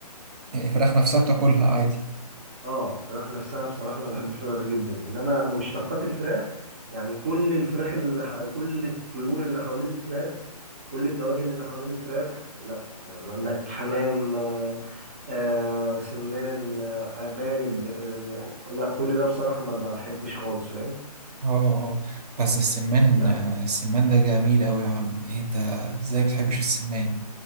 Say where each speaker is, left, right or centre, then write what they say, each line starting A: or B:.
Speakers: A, on the right; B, on the right.
A: الفراخ نفسها بتاكلها عادي
B: اه الفراخ نفسها بصراحه انا بحب الفراخ جدا انما مشتقات الفراخ يعني كل الفراخ اللي ح... كل الطيور اللي حوالين الفراخ كل الدواجن اللي حوالين الفراخ لا يعني عندك حمام آه آه سمان آه ارانب آه لا كل ده بصراحه ما بحبش خالص فاهم
A: اه اه بس السمان
B: يعني
A: آه، السمان ده جميل قوي يا عم إيه انت ازاي بتحبش السمان